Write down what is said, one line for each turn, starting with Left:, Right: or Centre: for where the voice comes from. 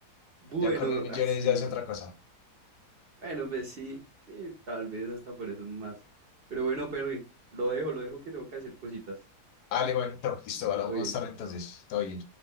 Right: Bueno,
Left: Ya con mil millones
Right: así.
Left: ya es otra cosa.
Right: Bueno, pues sí, sí, tal vez hasta por eso más. Pero bueno, Perry, lo dejo, lo dejo que tengo que hacer cositas.
Left: Vale, bueno, no, listo, vale,
Right: Todo
Left: vamos
Right: bien.
Left: a estar entonces. Todo bien.